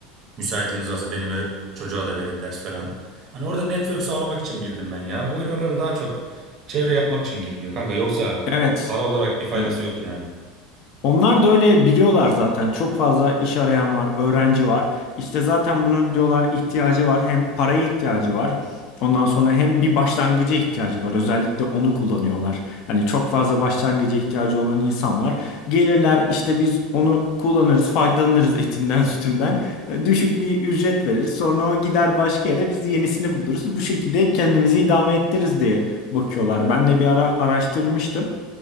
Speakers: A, on the right (about 35°); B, on the left (about 55°).
A: Müsaitliğiniz olsa benim ö- çocuğa da verin ders falan. Hani orada network sağlamak için girdim ben ya. O oraları daha çok çevre yapmak için giriliyor kanka. Yoksa
B: Evet.
A: para olarak bir faydası
B: Evet.
A: yok yani.
B: Onlar da öyle biliyorlar zaten. Çok fazla iş arayan var, öğrenci var. İşte zaten bunun diyorlar ihtiyacı var. Hem paraya ihtiyacı var. Ondan sonra hem bir başlangıca ihtiyacı var. Özellikle onu kullanıyorlar. Hani çok fazla başlangıca ihtiyacı olan insan var. Gelirler işte biz onu kullanırız, faydalanırız etinden, sütünden. E, Düşük bir ücret veririz. Sonra o gider başka yere biz yenisini buluruz. Bu şekilde kendimizi idame ettiririz diye bakıyorlar. Ben de bir ara araştırmıştım.